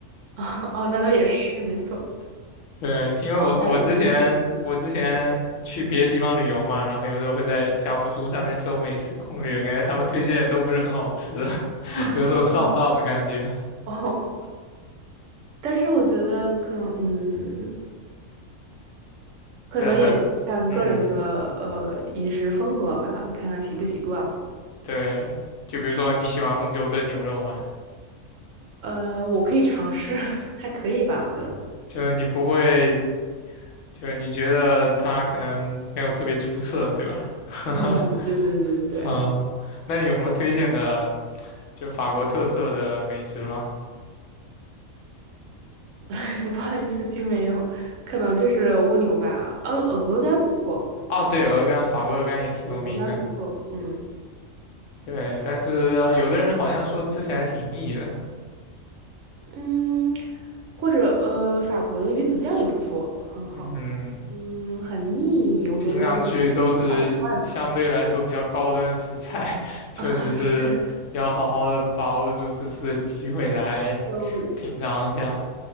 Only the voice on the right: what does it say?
<laughs> 哦，那倒也是，没错。
它有三个地方
是吗？哦，但是我觉得可能，嗯，可能也看个人的呃饮食风格吧，
看看习不习惯了。
呃，我可以尝试，<laughs> 还可以吧，我觉得。
嗯，对对对对对，
<laughs> 不好意思，听没有，可能就是蜗牛吧。呃、鹅肝不错，
鹅肝不错。嗯
嗯，或者呃，法国的鱼子酱也不错，很好。
嗯，很腻，我觉得你可以就吃小块嘛。
<laughs> 啊，是的，